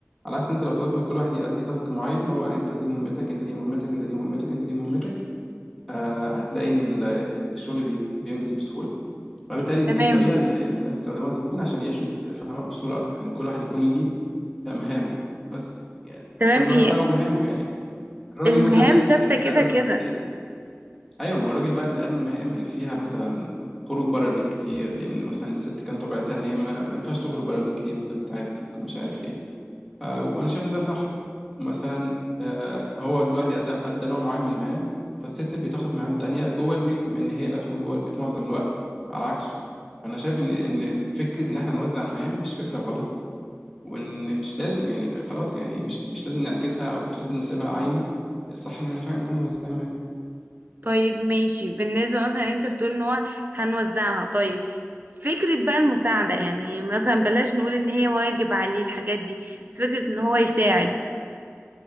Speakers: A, in the centre; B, on the right.
A: على عكس انت لو طلبت من كل واحد يأدي تاسك معين هو انت دي مهمتك انت دي مهمتك انت دي مهمتك انت دي مهمتك آه هتلاقي ان ال- الشغل بي- بينجز بسهوله فبالتالي دي
B: تمام
A: الطريقه اللي الناس استخدموها زمان عشان يعيشوا ب- فاهمه بسهوله اكتر ان كل واحد يكون ليه مهامه بس يعني
B: تمام
A: كل واحد
B: هي
A: بقى ومهامه يعني الراجل
B: المهام
A: مثلا
B: ثابتة
A: ات- اتنقل
B: كده كده
A: له ايوه ما هو الراجل بقى اتنقل له المهام اللي فيها مثلا خروج بره البيت كتير لان مثلا الست كان طبيعتها ان هي ما, ما ينفعش تخرج بره البيت كتير ممكن تتعاكس ممكن مش عارف ايه آه وانا شايف ان ده صح مثلا آه هو دلوقتي ادى ادى نوع معين من المهام فالست بتاخد مهام تانية جوه البيت من ان هي اللي هتكون جوه البيت معظم الوقت على عكسه فانا شايف ان ان فكره ان احنا نوزع المهام مش فكره غلط وان مش لازم يعني خلاص يعني مش مش لازم نعكسها او مش لازم نسيبها عايمه الصح ان احنا فعلا نكون موزعين مهام
B: طيب ماشي بالنسبة مثلا انت بتقول ان هو هنوزعها طيب فكرة بقى المساعدة يعني مثلا بلاش نقول ان هي واجب عليه الحاجات دي بس فكرة ان هو يساعد